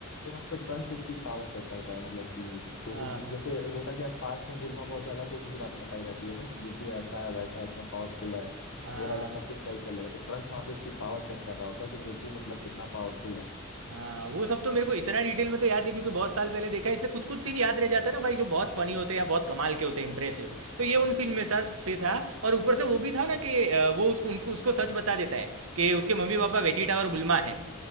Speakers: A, on the left (about 80°); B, on the right (about 80°).
A: वहाँ पे ट्रंक्स उसकी पावर चेक करता है मतलब कि गोकू
B: हाँ
A: की
B: हाँ
A: जैसे होता क्या है पास्ट में बुल्मा बहुत ज्यादा गोकू के बारे में बताई रहती है ना कि गोकू ऐसा है वैसा है इतना पावरफुल है
B: हाँ
A: हो रहेगा
B: हाँ
A: सब कुछ सही कर लेगा तो ट्रंक्स वहाँ पे उसकी पावर चेक कर रहा होता है कि गोकू मतलब कितना पावरफुल है
B: हाँ, वो सब तो मेरे को इतना डिटेल में तो याद नहीं क्योंकि बहुत साल पहले देखा है इससे कुछ कुछ सीन याद रह जाता है ना भाई जो बहुत फनी होते हैं या बहुत कमाल के होते हैं इंप्रेसिव तो ये उन सीन में सा, से था और ऊपर से वो भी था ना कि अ, वो उसको उनको उसको सच बता देता है कि उसके मम्मी पापा वेजिटा और गुल्मा है